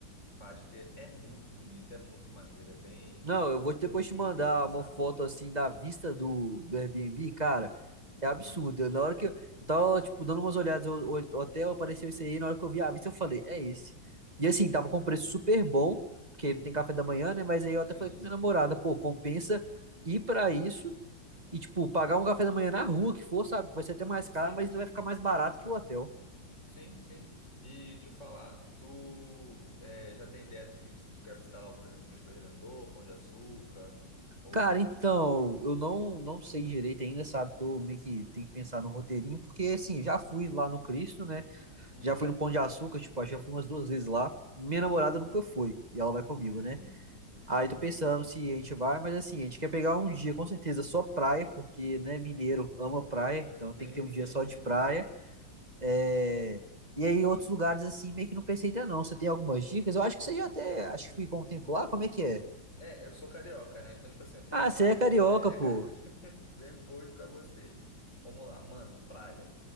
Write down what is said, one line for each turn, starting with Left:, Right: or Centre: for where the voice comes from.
Left: faz, porque é muito bonito, é muito maneiro, é bem
Right: Não, eu vou
Left: tranquilo
Right: depois te mandar
Left: assim, sabe?
Right: uma foto assim da vista do, do Airbnb, cara. É
Left: Aham,
Right: absurdo. Eu- Na hora que eu, eu tava, tipo, dando umas olhadas, o o hotel apareceu isso aí, na hora que eu vi a vista, eu falei, é esse. E assim, tava com preço super bom, porque não tem café da manhã, né? Mas aí eu
Left: Sim,
Right: até falei com
Left: sim.
Right: minha namorada, pô, compensa ir pra isso e, tipo, pagar um café da manhã na rua que for, sabe? Que vai ser até mais
Left: Sim,
Right: caro, mas
Left: sim.
Right: ainda vai ficar mais barato que o hotel.
Left: Sim, sim. E te falar, tu eh, já tem ideia do que visi- tu quer visitar lá, por exemplo, Cristo Redentor, Pão de Açúcar, ou...
Right: Cara, então, eu não não sei direito ainda, sabe? Tô meio que tem que pensar no roteirinho, porque assim, já fui lá no Cristo, né?
Left: Uhum,
Right: Já fui no Pão de Açúcar, tipo, acho que já fui umas duas vezes lá. Minha namorada nunca foi, e ela vai comigo,
Left: uhum,
Right: né? Aí
Left: uhum.
Right: tô pensando se a gente vai, mas assim, a gente quer pegar um dia com certeza só praia, porque, né, mineiro ama praia, então tem
Left: Sim,
Right: que ter um
Left: sim,
Right: dia só
Left: sim.
Right: de praia. É... E aí outros lugares assim, meio que não pensei ainda não. Você tem algumas dicas? Eu acho que você já até, acho que ficou um tempo lá, como é que é?
Left: É, eu sou carioca, né? Então, tipo assim, eu tenho
Right: Ah,
Left: algumas
Right: você é
Left: dicas
Right: carioca,
Left: bem legais,
Right: pô.
Left: <laughs> bem boas pra você. Vamos lá, mano, praia.